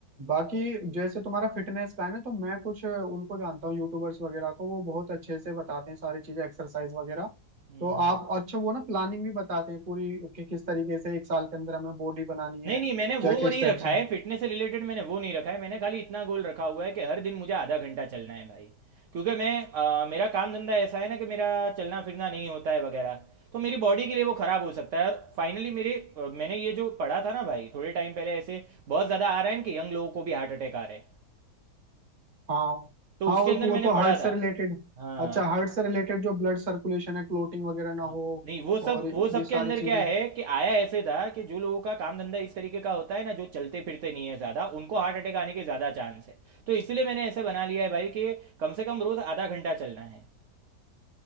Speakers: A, on the right; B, on the right.
A: बाकी जैसे तुम्हारा फिटनेस का है ना तो मैं कुछ उनको जानता हूँ यूट्यूबर्स वगैरह को वो बहुत अच्छे से बताते हैं सारी चीज़ें एक्सरसाइज वगैरह
B: हम्म
A: तो आप अच्छा वो ना प्लानिंग भी बताते हैं पूरी कि किस तरीके से एक साल के अंदर हमें बॉडी बनानी
B: नहीं
A: है
B: नहीं मैंने
A: क्या
B: वो
A: क्या
B: नहीं
A: स्टेप्स
B: रखा
A: हैं
B: है फिटनेस से रिलेटेड मैंने वो नहीं रखा है मैंने खाली इतना गोल रखा हुआ है कि हर दिन मुझे आधा घंटा चलना है भाई क्योंकि मैं अ, मेरा काम धंधा ऐसा है ना कि मेरा चलना फिरना नहीं होता है वगैरह तो मेरी बॉडी के लिए वो ख़राब हो सकता है और फाइनली मेरे अ, मैंने ये जो पढ़ा था ना भाई थोड़े टाइम पहले ऐसे बहुत ज़्यादा आ रहा है ना कि यंग लोगों को भी हार्ट अटैक आ रहे हैं
A: हाँ
B: तो
A: हाँ
B: उसके
A: वो
B: अंदर
A: वो
B: मैंने
A: तो
B: पढ़ा
A: हार्ट
B: था
A: से रिलेटेड
B: हाँ
A: अच्छा हार्ट से रिलेटेड जो ब्लड सर्कुलेशन है क्लोटिंग वगैरह ना
B: हाँ,
A: हो
B: नहीं वो सब
A: और
B: वो सब
A: ये सारी
B: के अंदर
A: चीज़ें
B: क्या है कि आया ऐसे था कि जो लोगों का काम धंधा इस तरीके का होता है ना जो चलते फिरते नहीं है ज़्यादा उनको हार्ट अटैक आने के ज़्यादा चांस है तो इसीलिए मैंने ऐसे बना लिया है भाई कि कम से कम रोज़ आधा घंटा चलना है